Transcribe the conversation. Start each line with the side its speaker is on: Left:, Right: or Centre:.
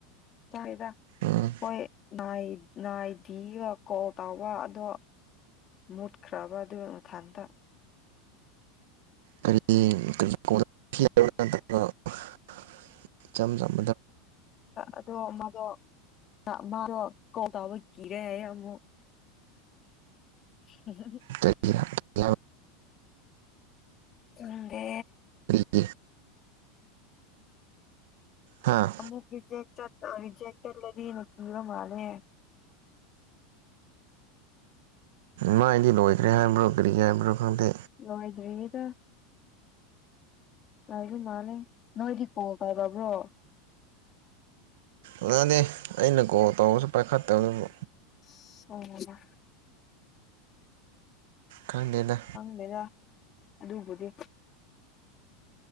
Left: ꯆꯥꯔꯦꯗ
Right: ꯎꯝ
Left: ꯍꯣꯏ ꯅꯥꯏ ꯅꯥꯏꯗꯤꯒ ꯀꯣꯜ ꯇꯧꯕ ꯑꯗꯣ ꯃꯨꯠꯈ꯭ꯔꯕ ꯑꯗꯨ ꯃꯊꯟꯇ
Right: ꯀꯔꯤ ꯀꯔꯤ ꯀꫭꯟꯗ <unintelligible> ꯏꯆꯝ ꯆꯝ
Left: ꯑꯗꯣ ꯃꯗꯣ ꯃꯥꯗꯣ ꯀꯣꯛ ꯇꯥꯕ ꯀꯤꯔꯦ ꯍꯥꯏꯌꯦ ꯑꯃꯨꯛ <inaudible>
Right: ꯀꯩꯒꯤ <unintelligible> ꯍꯥꯏꯕ
Left: ꯈꯪꯗꯦ
Right: ꯀꯔꯤꯒꯤ ꯍꯥꯥ
Left: ꯅꯪ ꯔꯤꯖꯦꯛ ꯆꯠ ꯑꯥ ꯔꯤꯖꯦꯛ ꯆꯠꯂꯗꯤ ꯅꯨꯡꯁꯤꯕ ꯃꯥꯜꯂꯦ꯫
Right: ꯃꯥꯏꯗꯤ ꯂꯣꯏꯈ꯭ꯔꯦ ꯍꯥꯏꯕ꯭ꯔꯣ ꯀꯔꯤ ꯍꯥꯏꯕ꯭ꯔꯣ ꯈꯪꯗꯦ꯫
Left: ꯂꫭꯏꯗ꯭ꯔꯤꯗ ꯂꯩꯕ ꯃꯥꯜꯂꯦ ꯅꫭꯏꯗꯤ ꯀꫭꯜ ꯇꯧꯗꯕ꯭ꯔꯣ꯫
Right: ꯉꯗꯦ ꯑꯩꯅ ꯀꯣꯜ ꯇꯧꯔꯁꯨ ꯄꯥꯏꯈꯠꯇꯕꯗꯨꯕꯨ
Left: ꯑꯣ
Right: ꯈꯪꯗꯦꯗꯥ
Left: ꯈꯪꯗꯦꯗ ꯑꯗꯨꯕꯨꯗꯤ